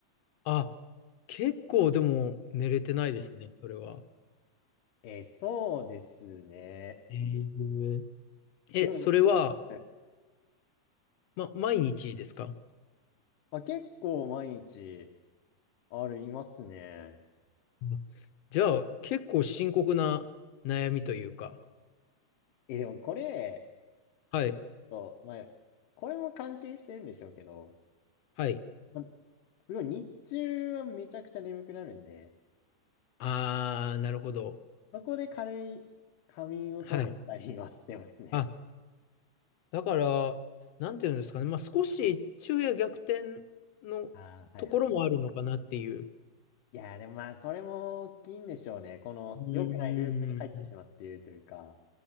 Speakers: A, on the left (about 65°); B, on the left (about 90°).
A: あ、結構でも寝れてないですね、それは。
B: えー、そうですね。
A: えー、え、
B: でも、
A: それは、
B: え
A: ま、毎日ですか
B: まあ、結構毎日ありますね。
A: あじゃあ、結構深刻な悩みというか。
B: え、でもこれ、
A: はい。
B: そう、まあ、これも関係してるんでしょうけど、
A: はい。
B: まあ、すごい日中はめちゃくちゃ眠くなるんで、
A: ああ、なるほど。
B: そこで軽い仮眠を取ったりはしてますね。
A: はい。あ、だから、なんていうんですかね。まあ、少し昼夜逆転のところもあるのかなっていう。
B: ああ、はいはい。いやー、でもまあ、それも大きいんでしょうね。この良くないループに入ってしまっているというか。
A: うーん。